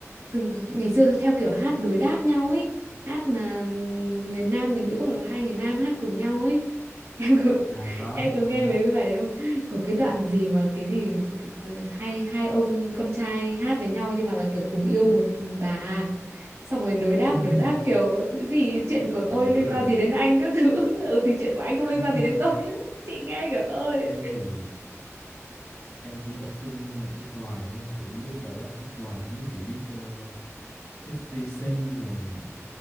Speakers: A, on the right; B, on the left.
A: từng ngày xưa theo kiểu hát đối đáp nhau ấy hát mà người nam người nữ hoặc là hai người nam hát cùng nhau ấy <laughs> em có
B: À có
A: em có
B: có
A: nghe mấy cái bài đấy không có cái đoạn gì mà cái gì hai hai ông con trai hát với nhau nhưng mà là kiểu cùng yêu một bà à. xong rồi đối đáp
B: <laughs>
A: đối đáp kiểu cái gì chuyện của
B: Gì
A: tôi
B: dữ
A: liên quan
B: vậy
A: gì đến anh các thứ <laughs> ừ thì chuyện của anh không liên
B: <laughs>
A: quan gì đến tôi <laughs> chị nghe kiểu ơi
B: Em thì em chỉ tập trung vô nhạc nước ngoài thôi Kiểu mấy cái bài rap nước ngoài Không biết chị biết ờ, 50 Cent rồi